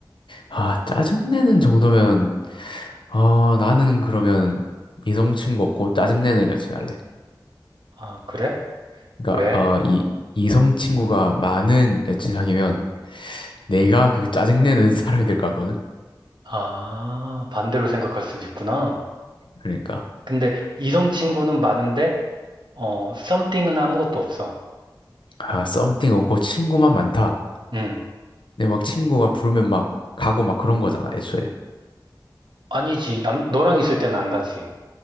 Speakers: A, on the left; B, on the right.
A: 아, 짜증내는 정도면, 어, 나는 그러면 이성 친구 없고 짜증내는 여친 할래.
B: 아, 그래?
A: 그러니까,
B: 왜?
A: 어, 이, 이성 친구가 많은 여친 사귀면 내가 그 짜증내는 <laughs> 사람이 될 것 같거든?
B: 아, 반대로 생각할 수도 있구나.
A: 그러니까,
B: 근데 이성 친구는 많은데, 어, something은 아무것도 없어.
A: 아, 썸띵 없고 친구만 많다.
B: 응,
A: 근데 막 친구가 부르면 막 가고 막 그런 거잖아, 애초에.
B: 아니지. 남, 너랑 있을 땐 안 가지.